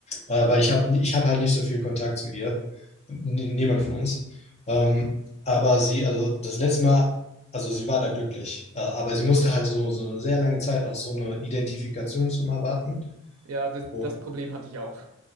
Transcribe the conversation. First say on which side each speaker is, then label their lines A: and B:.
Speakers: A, on the left (about 30°); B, on the right (about 75°).
A: äh,
B: Hm.
A: weil ich habe ich hab halt nicht so viel Kontakt zu ihr. N niemand von uns. Ähm, aber sie, also das letzte Mal, also sie war da glücklich. Äh, aber sie musste halt so, so eine sehr lange Zeit auf so eine Identifikationsnummer warten.
B: ja, das,
A: Wo,
B: das Problem hatte ich auch.